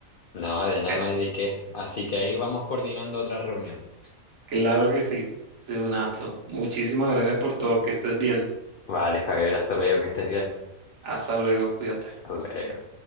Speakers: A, on the left; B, on the right.
A: No, de nada
B: Eh,
A: no hay de qué. Así que ahí vamos coordinando otra reunión.
B: claro que sí, de un Nato. Muchísimas gracias por todo, que estés bien.
A: Vale, Javier, hasta luego, que estés bien.
B: Hasta luego, cuídate.
A: Hasta luego.